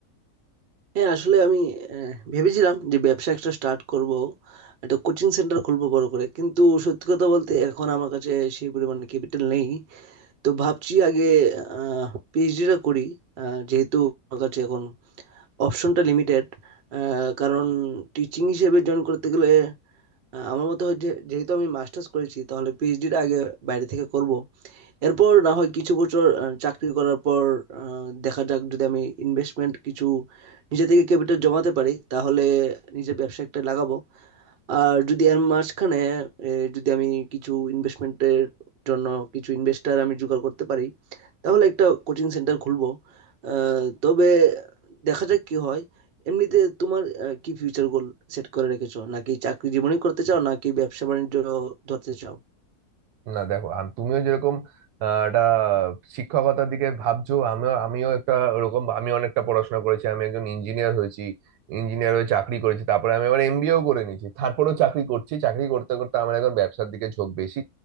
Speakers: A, on the right; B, on the right.
A: হ্যাঁ আসলে আমি আহ, ভেবেছিলাম যে ব্যবসা একটা স্টার্ট করব একটা কোচিং সেন্টার খুলবো বড় করে কিন্তু সত্যি কথা বলতে এখন আমার কাছে সেই পরিমাণে ক্যাপিটাল নেই তো ভাবছি আগে পিএইচডিটা করি আহ, যেহেতু আমার কাছে এখন অপশনটা লিমিটেড কারণ টিচিং হিসেবে জয়েন করতে গেলে আ আমার মতে হয় যে যেহেতু আমি মাস্টার্স করেছি তাহলে পিএইচডিটা আগে বাইরে থেকে করব। এরপর না হয় কিছু বছর আ চাকরি করার পর আ দেখা যাক যদি আমি ইনভেস্টমেন্ট কিছু নিজে থেকে ক্যাপিটাল জমাতে পারি তাহলে নিজের ব্যবসা একটা লাগাবো। আর যদি এর মাঝখানে এ, যদি আমি কিছু ইনভেস্টমেন্টের জন্য কিছু ইনভেস্টর আমি জোগাড় করতে পারি তাহলে একটা কোচিং সেন্টার খুলবো আহ, তবে দেখা যাক কি হয় এমনিতে তোমার আহ, কি ফিউচার গোল সেট করে রেখেছো নাকি চাকরি জীবনই করতে চাও নাকি ব্যবসা বাণিজ্য ধরতে চাও
B: না দেখো আম- তুমিও যেরকম আহ, একটা শিক্ষকতার দিকে ভাবছো আমিও আমিও একটা ওরকম আমি অনেকটা পড়াশোনা করেছি আমি একজন ইঞ্জিনিয়ার হয়েছি ইঞ্জিনিয়ার হয়ে চাকরি করেছি তারপরে আমি আবার এমবিএও করে নিয়েছি তারপরেও চাকরি করছি চাকরি করতে করতে আমার এখন ব্যবসার দিকে ঝোঁক বেশি